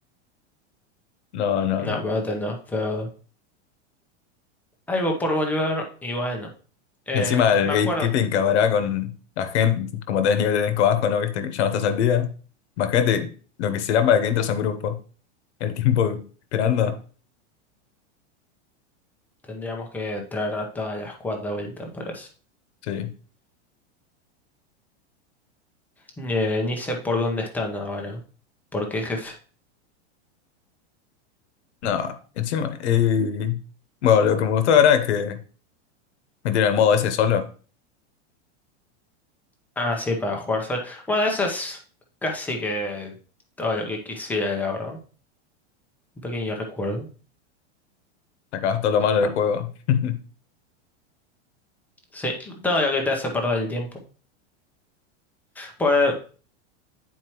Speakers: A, on the left; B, in the centre.
A: No, no,
B: no,
A: no.
B: pero no, te- no, pero algo por volver. Y bueno, eh,
A: Y encima el
B: me
A: gatekeeping
B: acuerdo.
A: que habrá con la gente, como tenés nivel de elenco bajo, ¿no? Viste que ya no estás al día. Imagínate lo que será para que entres a un grupo. El tiempo esperando.
B: Tendríamos que traer a toda la squad de vuelta para eso.
A: Sí.
B: Eh, ni sé por dónde están ahora. ¿Por qué jefe?
A: No, encima. eh, Bueno, lo que me gustó ahora es que metieron el modo ese solo.
B: Ah, sí, para jugar solo. Bueno, eso es casi que todo lo que quisiera, la verdad. Un pequeño recuerdo.
A: Sacabas todo lo malo del
B: Ah,
A: juego. <laughs>
B: Sí, todo lo que te hace perder el tiempo. Pues